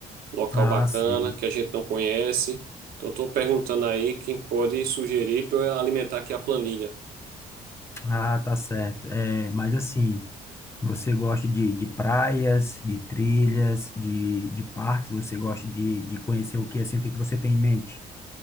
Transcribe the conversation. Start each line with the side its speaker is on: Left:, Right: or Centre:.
Right: Local
Left: Ah,
Right: bacana,
Left: sim.
Right: que a gente não conhece. Então tô perguntando aí quem pode sugerir para eu alimentar aqui a planilha.
Left: Ah, tá certo. É, mas assim, você gosta de, de praias, de trilhas, de, de parques? Você gosta de, de conhecer o que assim? O que que você tem em mente?